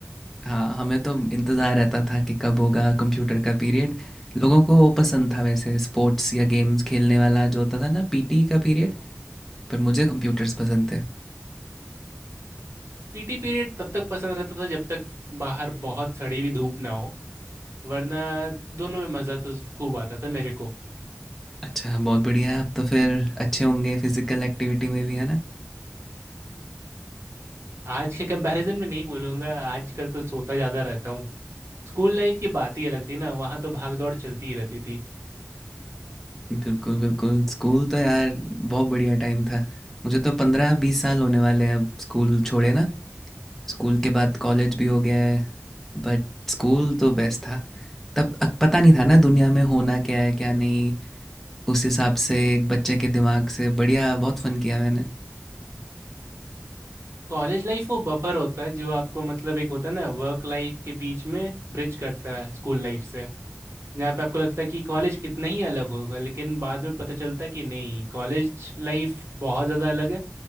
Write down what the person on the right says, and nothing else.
पीटी पीरियड तब तक पसंद रहता था जब तक बाहर बहुत सड़ी हुई धूप ना हो वरना दोनों में मज़ा तो खूब आता था मेरे को
आज के कंपैरिजन में नहीं बोलूँगा आजकल तो सोता ज़्यादा रहता हूँ स्कूल लाइफ की बात ही अलग थी ना वहाँ तो भाग दौड़ चलती ही रहती थी
कॉलेज लाइफ वो बफर होता है जो आपको मतलब एक होता है ना वर्क लाइफ के बीच में ब्रिज करता है स्कूल लाइफ से जहाँ पे आपको लगता है कि कॉलेज कितना ही अलग होगा लेकिन बाद में पता चलता है कि नहीं कॉलेज लाइफ बहुत ज़्यादा अलग है